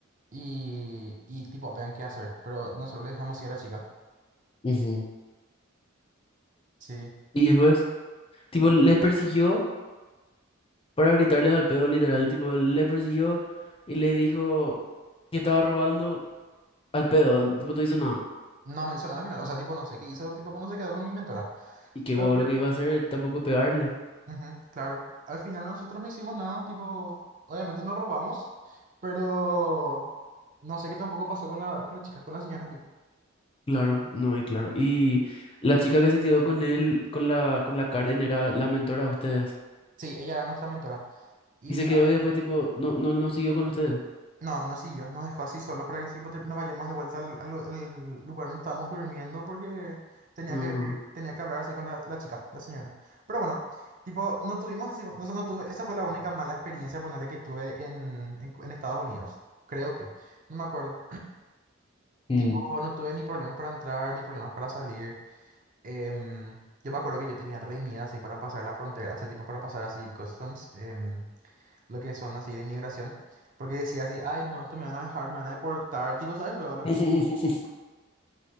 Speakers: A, on the right; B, on the left.
A: y, y tipo, vean qué hacer. Pero nosotros le dejamos ir a la chica.
B: ujú.
A: Sí.
B: Y después, tipo, les persiguió para gritarles al pedo, literal. Tipo, les persiguió y les dijo que estaba robando. al pedo, vos no hizo nada.
A: No, no hizo nada al final. O sea, tipo, no sé qué hizo, tipo, no se quedó con mi mentora.
B: Y qué
A: Pero-
B: guau lo que iba a hacer, tampoco pegarle.
A: Ujú, claro. Al final nosotros no hicimos nada, tipo, obviamente nos robamos, pero no sé qué tampoco pasó con la, con las chicas, con las señoras. ahí.
B: Claro, no, y claro. Y la chica que se quedó con él, con la, con la Karen, era la mentora de ustedes.
A: Sí, ella era nuestra mentora. Y
B: Y se quedó y después, tipo, no, no, no siguió con ustedes.
A: No, no siguió, nos dejó así solos para que sí pote- nos vayamos de vuelta al, al lu- al lugar donde estábamos durmiendo porque tenía
B: Ajá.
A: que, tenía que hablar así con la, la chica, la señora. Pero bueno, tipo, no tuvimos así, o sea, no tuve, esa fue la única mala experiencia, ponerle que tuve en, en, en Estados Unidos, creo que, no me acuerdo.
B: Mm.
A: Tipo, no tuve ni problemas para entrar, ni problemas para salir. Em, yo me acuerdo que yo tenía re miedo así para pasar la frontera, este tipo para pasar así customs. em, lo que son así de inmigración, porque decía así, ay, no, esto me van a dejar, me van a deportar, tipo, ¿sabes? lo lo
B: <laughs>
A: que sí.